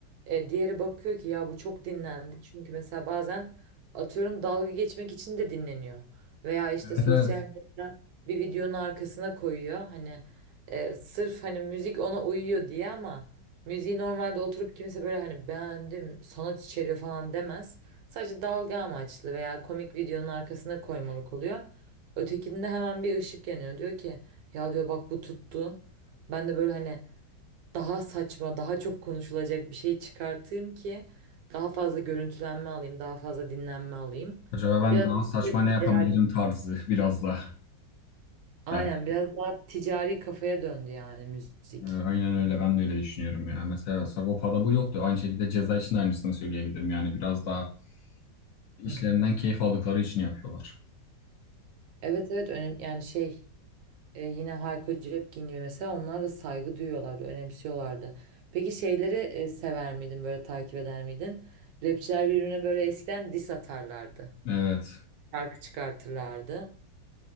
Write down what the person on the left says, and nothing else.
Evet
evet.
Acaba ben
daha saçma
ne yapabilirim
tarzı biraz da
<laughs> belki.
Ee, Aynen öyle ben de öyle düşünüyorum ya. Mesela Sagopa'da bu yoktu. Aynı şekilde ceza için de aynısını söyleyebilirim. Yani biraz daha işlerinden
keyif aldıkları için yapıyorlar.
Evet.